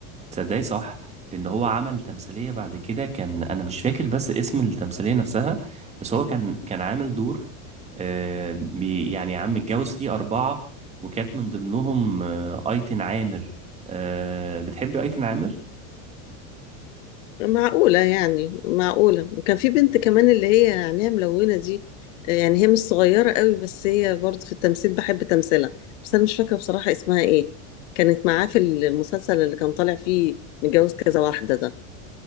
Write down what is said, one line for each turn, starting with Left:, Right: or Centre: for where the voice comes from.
Right: تصدقي صح لان هو عمل تمثيليه بعد كده كان انا مش فاكر بس اسم التمثيليه نفسها بس هو كان كان عامل دور آه بي- يعني عم متجوز فيه اربعه وكانت من ضمنهم آه ايتن عامر آه بتحبي ايتن عامر
Left: معقولة يعني معقولة وكان في بنت كمان اللي هي عينيها ملونة دي يعني هي مش صغيرة قوي بس هي برضه في التمثيل بحب تمثيلها بس أنا مش فاكرة بصراحة اسمها إيه كانت معاه في المسلسل اللي كان طالع فيه متجوز كذا واحدة ده